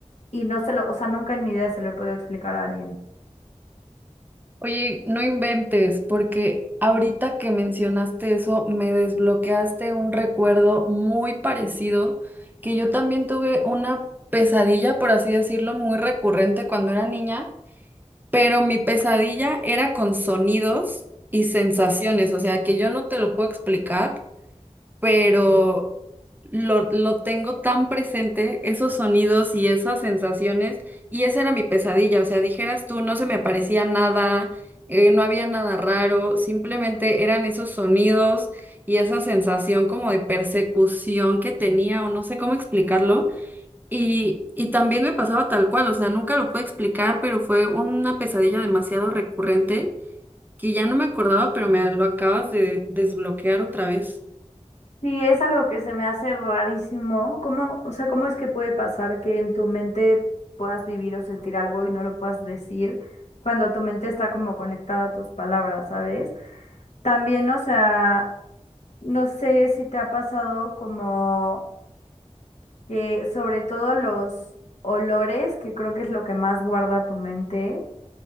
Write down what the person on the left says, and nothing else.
y no se lo, o sea, nunca en mi vida se lo he podido explicar a alguien.
Sí, es algo que se me hace rarísimo, ¿cómo, o sea, cómo es que puede pasar que en tu mente puedas vivir o sentir algo y no lo puedas decir cuando tu mente está como conectada a tus palabras, ¿sabes? También, o sea... No sé si te ha pasado como que sobre todo los olores, que creo que es lo que más guarda tu mente,